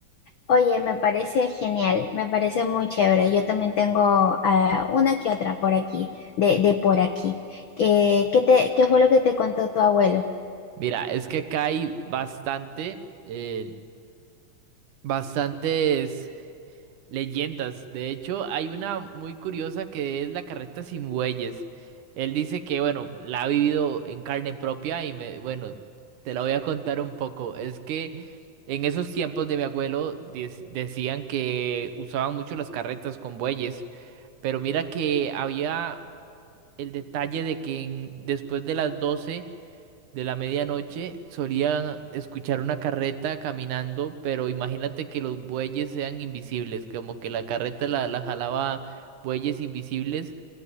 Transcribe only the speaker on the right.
Mira, es que acá hay bastante, eh, bastantes Leyendas. De hecho, hay una muy curiosa que es la carreta sin bueyes. Él dice que, bueno, la ha vivido en carne propia y me, bueno, te la voy a contar un poco. Es que en esos tiempos de mi abuelo dec- decían que usaban mucho las carretas con bueyes, pero mira que había el detalle de que en- después de las 12 de la medianoche solía escuchar una carreta caminando, pero imagínate que los bueyes sean invisibles, como que la carreta la, la jalaba bueyes invisibles